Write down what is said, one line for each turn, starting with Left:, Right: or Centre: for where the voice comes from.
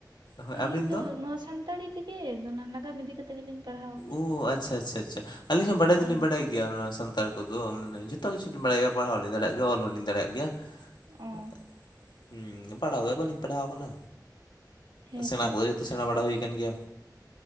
Left: ᱦᱳᱭ
Right: ᱟᱹᱞᱤᱧ
Left: ᱟᱹᱵᱤᱱ
Right: ᱫᱚ ᱱᱚᱶᱟ ᱥᱟᱱᱛᱟᱲᱤᱼᱼ ᱛᱮᱜᱮ ᱫᱚ ᱱᱟ ᱱᱟᱜᱟᱢ ᱤᱫᱤ ᱠᱟᱛᱮ ᱜᱮᱞᱤᱧ ᱯᱟᱲᱦᱟᱣ ᱟᱠᱟᱱᱟ
Left: ᱳ ᱟᱪᱪᱷᱟ ᱟᱪᱪᱷᱟ ᱟᱪᱪᱷᱟ ᱟᱹᱞᱤᱧ ᱦᱚᱸ ᱵᱟᱰᱟᱭ ᱫᱚ
Right: ᱦᱳᱭ
Left: ᱞᱤᱧ ᱵᱟᱰᱟᱭ ᱾ ᱜᱮᱭᱟ ᱚᱱᱟ ᱥᱟᱱᱛᱟᱲ ᱠᱚᱫᱚ ᱩᱸ ᱢᱟᱱᱮ ᱡᱚᱛᱚ ᱠᱤᱪᱷᱩ ᱞᱤᱧ ᱵᱟᱲᱟᱭ ᱜᱮᱭᱟ ᱯᱟᱲᱦᱟᱣ ᱞᱮ ᱫᱟᱲᱮᱭᱟᱜ ᱜᱮᱭᱟ ᱚᱞ ᱦᱚᱸ ᱞᱤᱧ ᱫᱟᱲᱮᱭᱟᱜ ᱜᱮᱭᱟ᱾
Right: ᱚ
Left: ᱟᱜ ᱦᱩᱸ ᱯᱟᱲᱦᱟᱣ ᱫᱚ ᱵᱟᱹᱞᱤᱧ ᱯᱟᱲᱦᱟᱣ ᱠᱟᱱᱟ᱾
Right: ᱦᱮᱸᱛᱚ
Left: ᱥᱮᱬᱟ ᱠᱚᱫᱚ ᱡᱚᱛᱚ ᱥᱮᱬᱟ ᱵᱟᱲᱟ ᱦᱩᱭ ᱠᱟᱱ ᱜᱮᱭᱟ᱾